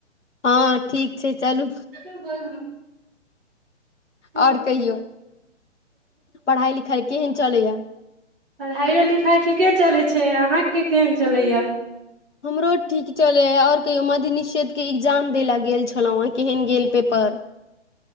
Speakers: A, on the left (about 70°); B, on the right (about 50°).
A: हां ठीक छै। चलू
B: चलु भोरमे। <inaudible>
A: आओर कहियौ पढ़ाइ लिखाइ केहन चलैया
B: पढ़ाइयो लिखाय ठीके चलै छै। से अहाँके केहेन चलै य?
A: हमरो ठीक चलै यै, और कहियो मध्य निषेध के इग्जाम दै ल गेल छलौयै केहेन गेल पेपर?